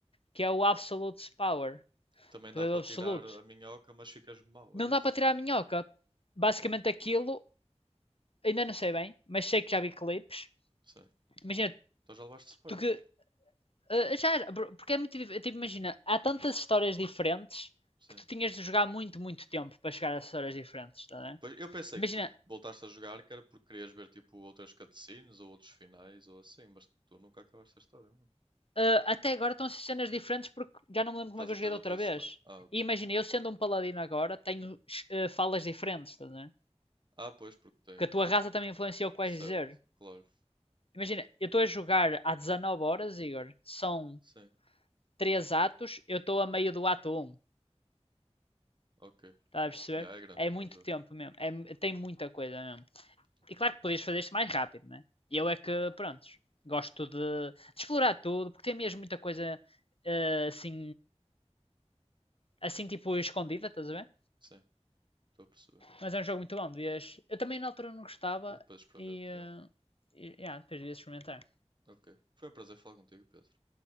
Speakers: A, on the left; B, on the right.
A: que é o Absolute Power,
B: Que também
A: poder
B: dá para
A: absoluto.
B: tirar a minhoca, mas ficas mau,
A: Não
B: é
A: dá
B: isso?
A: para tirar a minhoca. Basicamente aquilo, ainda não sei bem, mas sei que já vi clipes.
B: Sim.
A: Imagina,
B: Então já levaste spoilers.
A: tu que. eh, já, porque é muito dif- tipo, imagina, há tantas histórias diferentes
B: Sim.
A: que tu tinhas de jogar muito, muito tempo para chegar a histórias diferentes, tá, a
B: Pois, eu pensei
A: Imagina,
B: que tu voltaste a jogar que era porque querias ver tipo outras cutscenes ou outros finais ou assim, mas tu nunca acabaste a história. não?
A: ah, até agora estão a ser cenas diferentes porque já não me lembro
B: Estás
A: como é que eu
B: a
A: joguei
B: ter
A: da outra
B: outras
A: vez.
B: coisas. Ah, ok.
A: E imagina, eu sendo um paladino agora, tenho eh, falas diferentes, estás a
B: Ah, pois, porque tens.
A: Porque a tua raça também influencia o que vais
B: Certo,
A: dizer.
B: claro.
A: Imagina, eu estou a jogar há 19 horas, Igor. São
B: Sim,
A: 3 atos, eu estou a meio do ato um,
B: ok.
A: Estás a perceber?
B: Yeah, é grandinho
A: É muito
B: o jogo.
A: tempo mesmo. É, tem muita coisa mesmo.
B: ok.
A: E claro que podias fazer isto mais rápido, né? Eu é que, prontos, gosto de, de explorar tudo, porque tem mesmo muita coisa eh, assim, assim tipo escondida, estás a ver?
B: Sim, estou a perceber.
A: Mas é um jogo muito bom. Devias... Eu também na altura não gostava
B: Eu depois experimento.
A: e. eh,
B: yeah.
A: e yeah, depois devias experimentar.
B: Ok. Foi um prazer falar contigo, Pedro.